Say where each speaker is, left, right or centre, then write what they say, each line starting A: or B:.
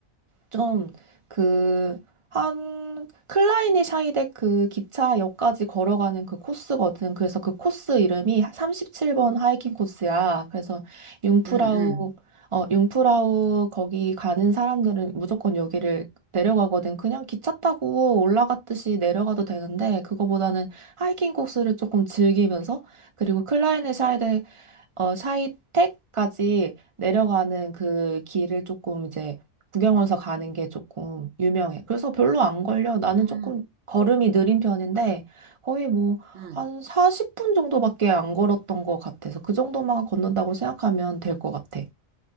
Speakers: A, on the right; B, on the right.
A: 좀 그 한 클라이니 샤이덱 그 기차역까지 걸어가는 그 코스거든. 그래서 그 코스 이름이 37번 하이킹 코스야. 그래서 융프라우
B: 응, 응.
A: 어 융프라우 거기 가는 사람들은 무조건 여기를 내려가거든. 그냥 기차 타고 올라갔듯이 내려가도 되는데 그거보다는 하이킹 코스를 조금 즐기면서 그리고 클라이네 샤이덱 어, 샤이택까지 내려가는 그 길을 조금 이제 구경하면서 가는 게 조금 유명해. 그래서 별로 안 걸려. 나는
B: 응,
A: 조금 걸음이 느린 편인데 거의 뭐
B: 응.
A: 한 40분 정도밖에 안 걸었던 것 같아서 그 정도만 걷는다고 생각하면 될 것 같아.